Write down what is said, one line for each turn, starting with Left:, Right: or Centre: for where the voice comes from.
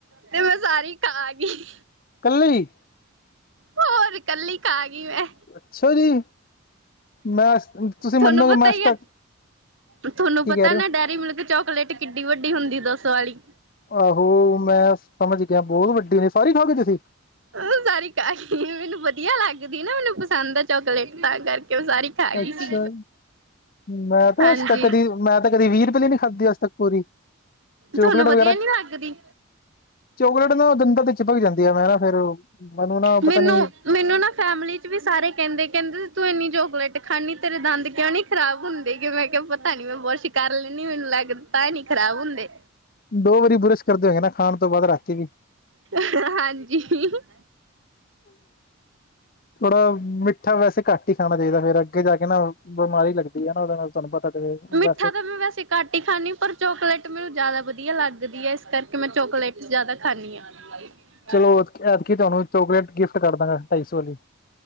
Right: ਤੇ ਮੈਂ ਸਾਰੀ ਖਾ ਗਈ।
Left: ਕੱਲੀ?
Right: ਹੋਰ ਕੱਲੀ ਖਾ ਗਈ ਮੈਂ।
Left: ਅੱਛਾ ਜੀ! ਮੈਂ ਤੁਸੀਂ
Right: ਥੋਨੂੰ
Left: ਮੰਨੋਗੇ
Right: ਪਤਾ
Left: ਮੈਂ ਅੱਜ
Right: ਹੀ
Left: ਤੱਕ
Right: ਆ। ਤੁਹਾਨੂੰ
Left: ਕੀ
Right: ਪਤਾ
Left: ਕਹਿ ਰਹੇ
Right: ਨਾ ਡੈਅਰੀ ਮਿਲਕ ਚੋਕਲੇਟ ਕਿੱਡੀ ਵੱਡੀ ਹੁੰਦੀ ਦਸ ਵਾਲੀ।
Left: ਆਹੋ ਮੈਂ ਸਮਝ ਗਿਆ। ਬਹੁਤ ਵੱਡੀ ਨੇ ਸਾਰੀ ਖਾਗੇ ਤੁਸੀਂ?
Right: ਉਹ ਸਾਰੀ ਮੈਨੂੰ ਵਧੀਆ ਲੱਗਦੀ ਨਾ। ਮੈਨੂੰ ਪਸੰਦ ਆ ਚੋਕਲੇਟ ਤਾਂ ਕਰਕੇ ਕੇ ਉਹ ਸਾਰੀ ਖਾ ਗਈ
Left: ਅੱਛਾ
Right: ਸੀ।
Left: ਮੈਂ ਤਾਂ
Right: ਹਾਂਜੀ
Left: ਅੱਜ ਤੱਕ ਕਦੀ ਮੈਂ ਤਾਂ ਕਦੀ ਵੀਹ ਰੁਪਏ ਲਈ ਨੀ ਖਾਧੀ। ਅੱਜ ਤੱਕ ਪੂਰੀ ਚੋਕਲੇਟ
Right: ਤੁਹਾਨੂੰ ਵਧੀਆ
Left: ਵਗੈਰਾ
Right: ਨੀ ਲੱਗਦੀ?
Left: ਚੋਕਲੇਟ ਨਾ ਦੰਦਾਂ ਚ ਭਰੀ ਜਾਂਦੀ ਆ। ਮੈਂ ਨਾ ਫੇਰ ਮੈਨੂੰ ਨਾ
Right: ਮੈਨੂੰ
Left: ਪਤਾ ਨੀ
Right: ਮੈਨੂੰ ਨਾ ਫੈਮਲੀ ਚ ਵੀ ਸਾਰੇ ਕਹਿੰਦੇ, ਕਹਿੰਦੇ। ਤੂੰ ਇੰਨੀ ਚੋਕਲੇਟ ਖਾਨੀ ਤੇਰੇ ਦੰਦ ਕਿਉਂ ਨੀ ਖਰਾਬ ਹੁੰਦੇ? ਮੈਂ ਕਿਹਾ ਪਤਾ ਤਾਂ ਨੀ ਮੈਂ ਬੁਰਸ਼ ਕਰ ਲੈਂਨੀ ਆ। ਮੈਨੂੰ ਲੱਗ ਤਾਂ ਨੀ ਖਰਾਬ ਹੁੰਦੇ।
Left: ਦੋ ਵਾਰੀ ਬੁਰਸ਼ ਕਰਦੇ ਹੋਏ ਨਾ ਖਾਣ ਤੋਂ ਬਾਅਦ ਰਾਤੀ ਵੀ।
Right: ਹਾਂਜੀ। <unintelligible>
Left: ਥੋੜਾ ਮਿੱਠਾ ਵੈਸੇ ਘੱਟ ਹੀ ਖਾਣਾ ਚਾਹੀਦਾ ਫੇਰ ਅੱਗੇ ਜਾ ਕੇ ਨਾ ਬਿਮਾਰੀ ਲੱਗਦੀ ਹੈ। ਨਾ ਉਹਦੇ ਨਾਲ ਤੁਹਾਨੂੰ ਪਤਾ
Right: ਮਿੱਠਾ
Left: ਵੈਸੇ
Right: ਤਾਂ ਮੈਂ ਵੈਸੇ ਘੱਟ ਹੀ ਖਾਂਦੀ ਪਰ ਚੋਕਲੇਟ ਮੈਨੂੰ ਜ਼ਿਆਦਾ ਵਧੀਆ ਲੱਗਦੀ ਹੈ। ਇਸ ਕਰਕੇ ਮੈਂ ਚੋਕਲੇਟ ਜ਼ਿਆਦਾ ਖਾਂਨੀ ਆ। ਹ। <unintelligible>
Left: ਚਲੋ ਐਤਕੀ ਤੁਹਾਨੂੰ ਚੋਕਲੇਟ ਗਿਫਟ ਕਰ ਦਾਂਗਾ। ਢਾਈ ਸੌ ਆਲੀ